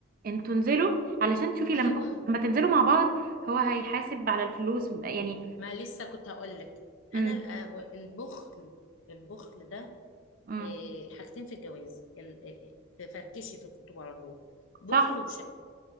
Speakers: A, on the right (about 45°); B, on the left (about 80°).
A: انتوا انزلوا علشان تشوفي لما
B: ايوه
A: لما تنزلوا مع بعض هو هيحاسب على الفلوس يعني
B: ما لسه كنت هقول لك
A: امم
B: انا الأه- البخل البخل ده
A: امم
B: إيه، حاجتين في الجواز ال- إيه، تفركشي في الخطوبة على طول بخل
A: صح
B: وشك